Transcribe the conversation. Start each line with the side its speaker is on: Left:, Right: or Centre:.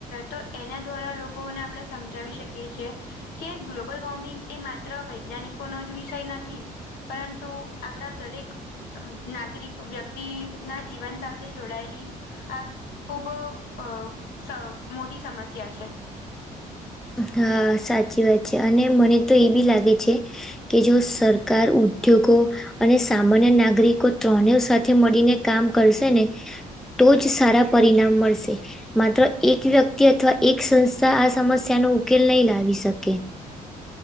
Left: તો એના દ્વારા લોકોને આપણે સમજાવી શકીએ છે. કે ગ્લોબલ વોર્મિંગ એ માત્ર વૈજ્ઞાનિકોનો જ વિષય નથી પરંતુ આપણા દરેક નાગરિક વ્યક્તિના જીવન સાથે જોડાયેલી આ ખૂબ અ સ મોટી સમસ્યા છે.
Centre: હા સાચી વાત છે અને મને તો એ બી લાગે છે કે જો સરકાર ઉદ્યોગો અને સામાન્ય નાગરિકો ત્રણેય સાથે મળીને કામ કરશે ને તો જ સારા પરિણામ મળશે. માત્ર એક વ્યક્તિ અથવા એક સંસ્થા આ સમસ્યાનો ઉકેલ નહીં લાવી શકે.